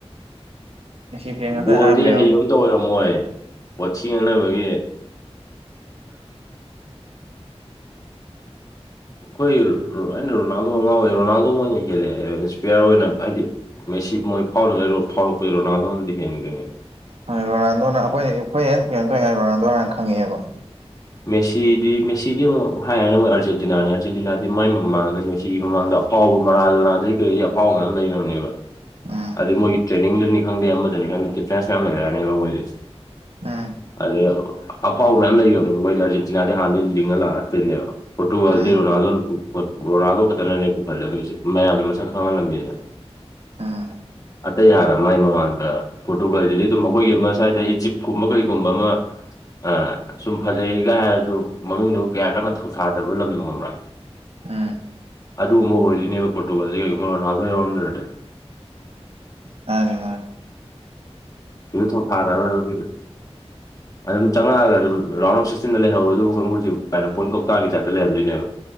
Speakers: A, on the right; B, on the left.
A: ꯐꯦꯟ ꯉꯥꯛꯇ
B: ꯕꯣꯜꯗꯤ
A: ꯑꯌꯥꯝꯕ ꯌꯥꯎꯋꯤ
B: ꯍꯩꯕ ꯑꯃꯝꯇ ꯑꯣꯏꯔꯝꯃꯣꯏ ꯕꯣꯠꯊ ꯉꯛꯅꯕꯒꯤ <inaudible> ꯑꯩꯈꯣꯏ ꯑꯩꯅ ꯔꯣꯅꯥꯜꯗꯣ ꯉꯥꯎꯋꯦ ꯔꯣꯅꯥꯜꯗꯣ ꯑꯣꯏꯅ ꯍꯦꯜꯂꯛꯑꯦ ꯏꯟꯁꯄꯤꯌꯥꯔ ꯑꯣꯏꯅ ꯍꯥꯏꯗꯤ ꯃꯦꯁꯤ ꯃꯣꯏ ꯐꯥꯎꯔꯤꯉꯩ ꯐꯥꯎꯔꯛꯄꯒꯤ ꯔꯣꯅꯥꯜꯗꯣꯅꯗꯤ ꯍꯦꯟꯗ꯭ꯣꯏꯅꯦꯕ
A: ꯍꯣꯏ ꯔꯣꯅꯥꯜꯗꯣꯅ ꯑꯩꯈꯣꯏ ꯑꯩꯈꯣꯏ ꯍ ꯀꯩꯅꯣꯝ ꯇꯧꯔꯤꯉ ꯔꯣꯅꯥꯜꯗꯣꯅ ꯈꯪꯉꯛꯑꯦꯕ
B: ꯃꯦꯁꯤꯗꯤ ꯃꯦꯁꯤꯗꯤ ꯑꯃꯨꯛ ꯍꯥꯏꯔꯅ ꯑꯃꯣꯏ ꯑꯥꯔꯖꯦꯟꯇꯤꯅꯥꯅꯤ ꯑꯥꯔꯖꯦꯟꯇꯤꯅꯥꯗꯤ ꯃꯥꯏ ꯃꯃꯥꯡꯗ ꯃꯦꯁꯤꯒꯤ ꯃꯃꯗ ꯑꯐꯥꯎꯕ ꯃꯔꯥꯖꯣꯔꯥꯗꯩ ꯀꯩꯗꯤ ꯑꯐꯥꯎꯕꯒ ꯂꯩꯈ꯭ꯔꯕꯅꯦꯕ
A: ꯎꯝ
B: ꯑꯗꯨ ꯃꯣꯏꯒꯤ ꯇ꯭ꯔꯦꯅꯤꯡꯗꯅꯤ ꯈꯪꯗꯦ ꯑꯃꯗꯅꯤ ꯈꯪꯗꯦ ꯗꯤꯐ꯭ꯔꯦꯟꯁ ꯌꯥꯝꯌꯥꯝ ꯂꯩꯔꯛꯑꯅꯦꯕ ꯃꯣꯏꯁꯦ
A: ꯎꯝ
B: ꯑꯗ ꯑꯐꯥꯎ ꯃꯌꯥꯝ ꯂꯩꯕꯅꯤ ꯃꯣꯏꯗꯤ ꯑꯥꯔꯖꯦꯟꯇꯤꯅꯥꯗꯤ ꯍꯥꯟꯅ ꯂꯤꯡꯉ ꯂꯥꯛꯑꯛꯇꯣꯏꯅꯦꯕ ꯐꯣ ꯇꯨ ꯋꯥꯜꯗꯤꯔꯣ
A: ꯎꯝ
B: ꯅꯜꯣꯟꯅ ꯇ ꯑꯩꯈꯣꯏ ꯕꯣꯔꯥꯗꯣ ꯈꯛꯇꯅꯅꯦ ꯄꯨꯈꯠꯂꯒꯒꯤꯁꯦ ꯃꯌꯥꯝꯗ ꯃꯁꯛ ꯈꯪꯍꯜꯂꯝꯃꯤꯗꯅ
A: ꯑꯝ
B: ꯑꯇꯩ ꯍꯥꯟꯅ ꯃꯥꯏ ꯃꯃꯥꯡꯗ ꯄꯣꯔꯇꯨꯒꯥꯜꯁꯤꯗꯤ ꯑꯗꯨꯝ ꯑꯩꯈꯣꯏꯒꯤ ꯑꯃ ꯁ꯭ꯋꯥꯏꯗ ꯏꯖꯤꯞꯀꯨꯝꯕ ꯀꯩꯒꯨꯝꯕ ꯑꯃ ꯑ ꯁꯨꯝ ꯐꯖꯩꯒꯥꯏ ꯍꯥꯏꯔꯁꯨ ꯃꯗꯨ ꯀꯌꯥ ꯀꯟꯅ ꯊꯧꯁꯥꯗꯕ ꯂꯝꯗꯣꯕ꯭ꯔꯥ
A: ꯎꯝ
B: ꯑꯗꯨꯒꯨꯝꯕ ꯑꯣꯏꯗꯣꯏꯅꯦꯕ ꯄꯣꯇꯨꯒꯜꯁꯦ ꯀꯩꯒꯨꯝꯕ ꯔꯣꯅꯥ ꯑꯗꯨ ꯌꯧꯔꯝꯗꯔꯦ
A: ꯃꯅꯦ ꯃꯥꯅꯦ
B: ꯏ ꯊꯣꯡ ꯐꯥꯗꯔꯣꯏ <inaudible> ꯑꯗꯨꯝ ꯆꯪꯉꯛꯑꯒ ꯑꯗꯨꯝ ꯔꯥꯎꯟ ꯑꯣꯐ ꯁꯤꯛꯁꯇꯤꯟꯗ ꯂꯩꯍꯧꯋꯦ ꯑꯗꯨꯒ ꯀꯥꯡꯕꯨꯖꯤꯅ ꯄꯣꯏꯟ ꯀꯧꯇꯥꯒꯤ ꯇꯥꯏꯞꯇ ꯂꯩꯔꯝꯗꯣꯏꯅꯦꯕ